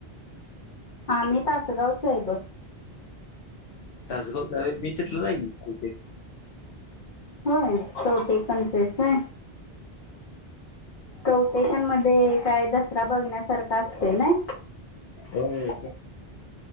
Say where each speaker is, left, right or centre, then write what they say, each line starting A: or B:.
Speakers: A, on the left; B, on the left.
A: आम्ही तासगावच आहे बघ.
B: टासगो नवे मी चितलं जाईन. <unintelligible>
A: होय चौटे पण तेच आहे. कौटेशनमध्ये काय दसरा बघण्यासारखा असत ना?
B: होय.